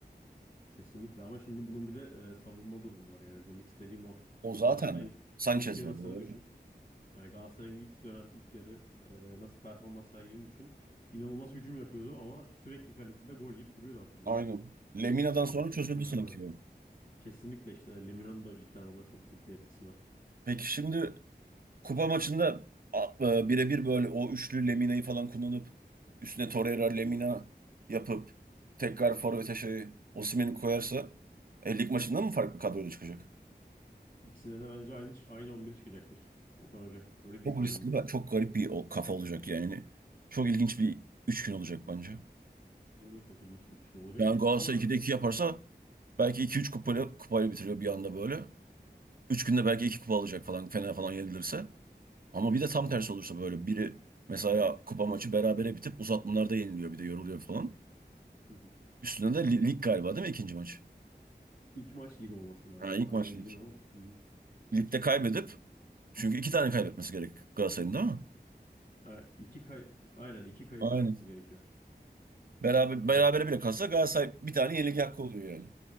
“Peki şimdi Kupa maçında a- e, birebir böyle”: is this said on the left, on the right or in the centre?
Right